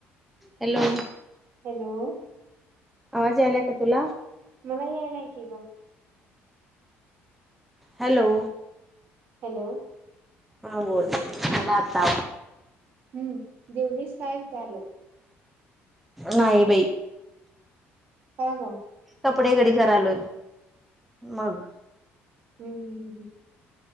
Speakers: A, in the centre; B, on the right.
A: हॅलो
B: हॅलो
A: आवाज आयलाय का तुला
B: मला यायलाय की ग
A: हॅलो
B: हॅलो
A: हा बोल बोलोल मलाताव
B: हम्म जेवढच काय चालव
A: नाही बाई
B: हा का
A: कपडे घडी करा आलोय मग
B: हम् हम्